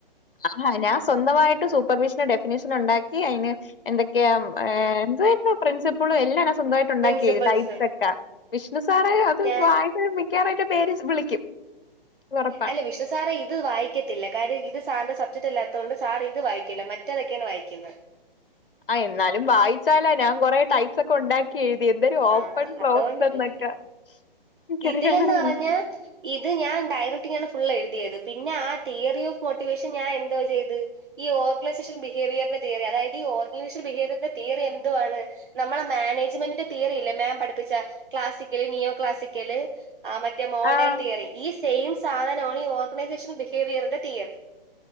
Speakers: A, on the left; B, on the right.
A: ആ ഞാൻ സ്വന്തമായിട്ട് സൂപ്പർവിഷന്റെ ഡെഫിനേഷൻ ഉണ്ടാക്കി അയിന് എന്തൊക്കെയാ എന്തായിരുന്നു പ്രിൻസിപ്പിളും എല്ലാ സ്വന്തമായിട്ട് ണ്ടാക്കിയെ
B: പ്രിൻസിപ്പൾസ്
A: ക്കൈപക്കാ വിഷ്ണു സാറെ അത്
B: ഞാൻ
A: വായ മിക്കാറതിന്റെ പേര് വിളിക്കും ഒറപ്പാണ്
B: അല്ല വിഷ്ണു സാറേ ഇത് വായിക്ക ഇല്ല കാര്യം ഇത് സാറിന്റെ സബ്ജക്ട് അല്ലാത്തത് കൊണ്ട് സാർ ഇത് വായിക്കില്ല. മറ്റേതൊക്കെയാണ് വായിക്കുന്നത്
A: ആഹ് എന്നാലും വായിച്ചാല ഞാൻ കൊറെ ടൈപ്സ് ഒക്കെ ഉണ്ടാക്കി എഴുതി എന്തരും ഓപ്പൺ
B: ആ
A: ക്ലോസ്
B: അതുകൊണ്ടറിയാം
A: എന്നൊക്കെ എനിക്കറിയൻ
B: ഇതിലെന്ന്
A: വയ്യ
B: പറഞ്ഞാ ഇത് ഞാൻ ഡയറക്റ്റാണ് ഫുൾ എഴുതിയത് പിന്നെ ആ തിയറി ഓഫ് മോട്ടിവേഷൻ ഞാൻ എന്തോ ചെയ്ത് ഈ ഓർഗനൈസേഷൻ ബിഹേവിയറിന്റെ തിയറി അതായത് ഓഗനൈസേഷൻ ബിഹേവിയറിന്റെ തിയറി എന്തുവാണ് നമ്മളെ മാനേജ്മെന്റിന്റെ തിയറി ഇല്ലേ മാം പഠിപ്പിച്ച ക്ലാസ്സിക്കല് ന്യോ ക്ലാസിക്കല് മറ്റേ മോഡേൺ
A: ആഹ്
B: തിയറി ഈ സെയിം സാധനമാണ് ഈ ഓർഗനൈസേഷൻ ബിഹേവിയറിന്റെ തിയറി